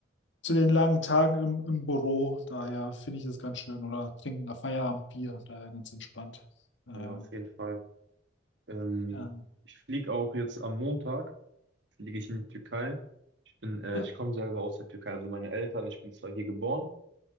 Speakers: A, on the left; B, on the right.
A: zu den langen
B: Ja,
A: Tagen im, im Büro. Daher finde ich es ganz schön. Oder trinken ein Feierabendbier, daher ganz entspannt. Äh,
B: ja, auf jeden Fall. Ähm,
A: ja.
B: ich fliege auch jetzt am Montag, fliege ich in die Türkei. Ich bin, äh,
A: Ah,
B: ich komme selber aus der Türkei, also meine Eltern, ich bin zwar hier geboren,